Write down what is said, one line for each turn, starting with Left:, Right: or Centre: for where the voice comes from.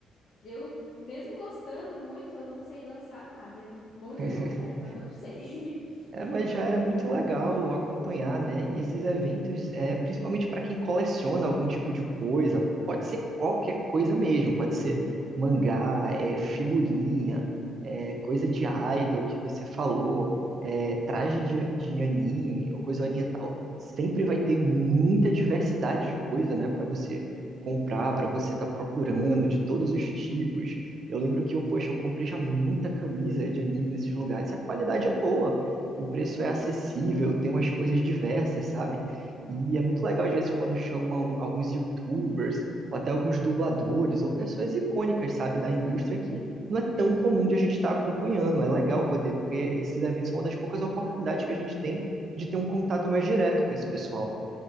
Left: Eu, mesmo gostando muito, eu não sei dançar nada. Eu morro
Right: <laughs>
Left: de vontade, mas não sei. <laughs>
Right: É, mas já é muito legal acompanhar, né? E esses eventos, é, principalmente para quem coleciona algum tipo de coisa, e pode ser qualquer coisa mesmo, pode ser mangá, é, figurinha, é, coisa
Left: Uhum,
Right: de idol que você falou, é, traje de, de anime ou coisa oriental. Sempre vai ter muita diversidade de coisa, né? Para você comprar, para você estar procurando, de todos os tipos. Eu lembro que eu, poxa, eu comprei já muita camisa de anime nesses lugares e a qualidade é boa o preço
Left: uhum,
Right: é acessível, tem umas coisas diversas, sabe? E é muito legal, às vezes, quando chamam alguns YouTubers, ou até alguns dubladores, ou pessoas icônicas, sabe, da indústria que não é tão comum
Left: uhum,
Right: de a gente estar acompanhando. É legal poder, porque esses eventos são uma das poucas oportunidades que a gente tem de ter um contato mais direto com esse pessoal.